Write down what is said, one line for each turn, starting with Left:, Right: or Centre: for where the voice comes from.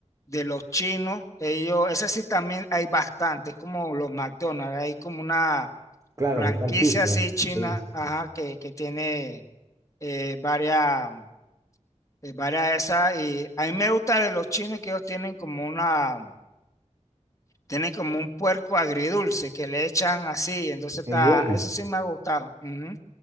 Left: de los chinos, ellos, esa sí también hay bastante, como los McDonald's, hay como una
Right: Claro,
Left: franquicia
Right: con franquicia.
Left: así china,
Right: Sí, sí,
Left: ajá,
Right: sí.
Left: que, que tiene eh, varias, eh, varias de esas. Y a mí me gusta de los chinos que ellos tienen como una, tienen como un puerco agridulce que le echan así. Entonces está,
Right: Teriyaki.
Left: eso sí me ha gustado. ujú.